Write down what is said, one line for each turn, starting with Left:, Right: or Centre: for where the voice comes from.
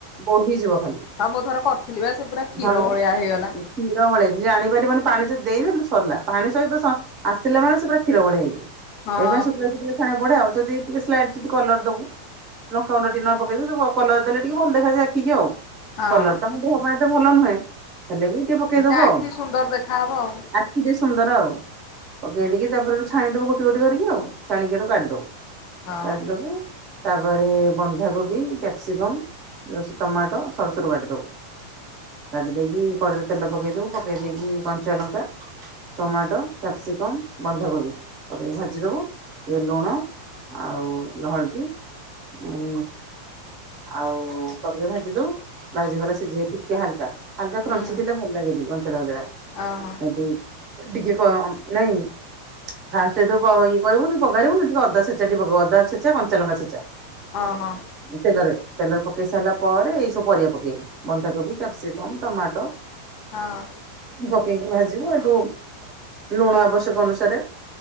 Right: ବୋହିଯିବ ଖାଲି
Left: ହଁ ମୁଁ ଥରେ କରିଥିଲି ବା ସେ ପୁରା କ୍ଷୀର
Right: ଭାବରେ
Left: ଭଳିଆ ହେଇଗଲା
Right: କ୍ଷୀର ଭଳିଆ ଜାଣିପାରିବନି ପାଣି ଯଦି ଦେଇଦେଲୁ ସରିଲା ପାଣି ସହିତ ସ ଆସିଲେ ମାନେ ସେ ପୁରା କ୍ଷୀରଭଳିଆ ହେଇଯିବ।
Left: ହଁ
Right: ଏଇ ପାଇଁ ଶୁଖିଲା ଶୁଖୁଲା ଛାଣି ଆକୁ ପଡେ ଆଉ ଯଦି ଟିକେ ସ୍ଲାଇଡ ଯଦି କଲର ଦବୁ। ଲଙ୍କା ଗୁଣ୍ଡ ଟିକେ ନାଙ୍କୁ ପକେଇଦେଲୁ କଲର ଦେଲେ ଟିକେ ଭଲ ଦେଖା ଯାଏ ଆଖିକି ଆଉ
Left: ହଁ।
Right: କଲର ଟା ମଧ୍ୟ ଦେହ ପାଇଁ ତ ଭଲ ନୁହେଁ ହେଲେ ବି ଟିକେ ପକେଇଦବୁ
Left: ସେ ଆଖି
Right: ଆଉ
Left: ସୁନ୍ଦର ଦେଖାହବ ଆଉ
Right: ଆ ଟିକେ ସୁନ୍ଦର ଆଉ ପକେଇ ଦେଇକି ତାପରେ ହେଠୁ ଛାଣିଦବୁ ଗୋଟି ଗୋଟି କରିକି ଆଉ ଛାଣିକି ହେଠୁ କାଢିଦବୁ।
Left: ହଁ
Right: କାଢି ଦବୁ ତାପରେ ବନ୍ଧାକୋବି କ୍ୟାପସିକମ ଏ ସେ ଟମାଟୋ ସରୁସରୁ କାଟିଦବୁ। କାଟି ଦେଇକି କଡେଇରେ ତେଲ ପକେଇ ଦବୁ ପକେଇ ଦେଇକି କଞ୍ଚା ଲଙ୍କା ଟମାଟୋ କ୍ୟାପସିକମ ବନ୍ଧାକୋବି ପକେଇକୀ ଭାଜିଦବୁ ଟିକେ ଲୁଣ ଆଉ ଟିକେ ହଳଦୀ ଉ ଆଉ ପକେଇ ଭାଜି ଦବୁ। ଭାଜିଗଲା ସିଝୀ ଟିକେ ହାଲକା ହାଲକା
Left: ହୁଁ
Right: କ୍ରଞ୍ଚି ଥିଲେ ଭଲ ଲାଗେ ଟିକେ କଞ୍ଚାଳିଆ କଞ୍ଚାଳିଆ
Left: ଓହୋ।
Right: ଆବେ ଡିଗିଏ କ ନାଇଁ ଫାଷ୍ଟ ତୁ ପ ଇଏ କରିବୁନି ପଘାରିବୁନି ଟିକେ ଅଦା ଛେଚା ଟିକେ ପକେଇବୁ ଅଦାଛେଚା କଞ୍ଚାଲଙ୍କା ଛେଚା।
Left: ଅ ହ।
Right: ତେଲରେ ତେଲରେ ପକେଇ ସାରିଲା ପରେ ଏଇ ସବୁ ପରିବା ପକେଇବୁ। ବନ୍ଧାକୋବି କ୍ୟାପସିକମ ଟମାଟୋ
Left: ହଁ
Right: ପକେଇକି ଭାଜିବୁ ହେଠୁ ଲୁଣ ଆବଶ୍ୟକ ଅନୁସାରେ